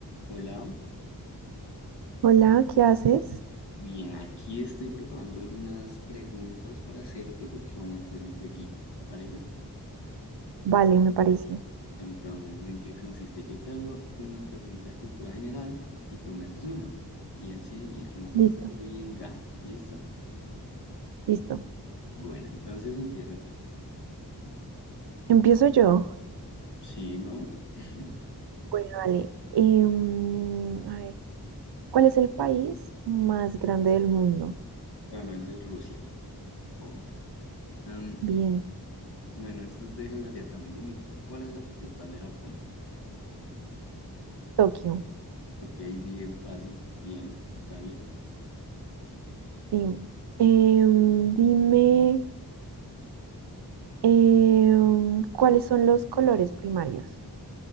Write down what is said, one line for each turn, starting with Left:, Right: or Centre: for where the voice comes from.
Left: Hola,
Right: Hola, ¿qué haces?
Left: bien, aquí estoy preparando algunas preguntas para hacerte porque vamos a hacer un jueguito, ¿te parece?
Right: Vale, me parece.
Left: Entonces, ¿en qué consiste? Yo te hago una pregunta de cultura general y tú me haces una. Y así, y el que más
Right: Listo,
Left: conteste bien gana. ¿Listo?
Right: listo.
Left: Bueno, entonces empieza tú.
Right: Empiezo yo.
Left: ¿Sí, no? <laughs>
Right: Bueno, dale. Em, a ver, ¿cuál es el país más grande del mundo?
Left: Bueno, el de Rusia. Oh. Am,
Right: Bien,
Left: bueno, esto es de geografía también. Dime, ¿cuál es la capital de Japón?
Right: Tokio.
Left: Ok, bien fácil, bien, dale.
Right: Sí. Em, dime, em, ¿cuáles son los colores primarios?